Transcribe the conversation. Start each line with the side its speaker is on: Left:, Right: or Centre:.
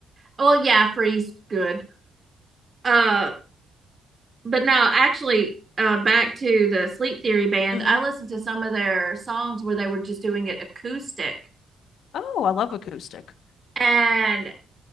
Right: Well, yeah, Freeze good. Uh, but no, actually, uh, back to the Sleep Theory band,
Left: Mm-hmm.
Right: I listened to some of their songs where they were just doing it acoustic.
Left: Oh, I love acoustic.
Right: And